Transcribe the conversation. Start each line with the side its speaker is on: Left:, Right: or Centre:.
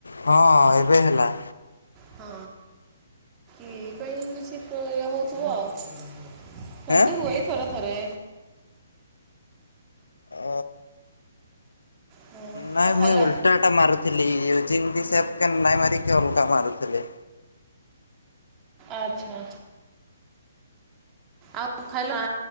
Left: ହଁ ଏବେ ହେଲା।
Right: ହଁ। ଏଇ ପାଇଁ କିଛି ହଉଥିବ ଆଉ। ସେମିତି
Left: ଆଁ?
Right: ହୁଏ ଥରେ ଥରେ।
Left: ଅ
Right: ହଁ
Left: ନାଇଁ
Right: ଆଉ ଖାଇଲ?
Left: ମୁଇଁ ଓଲଟା ଓଲଟା ମାରୁଥିଲି <unintelligible> ନାଇଁ ମାରିକି ଅଲଗା ମାରୁଥିଲି।
Right: ଆଚ୍ଛା। ଆଉ କଣ ଖାଇଲ?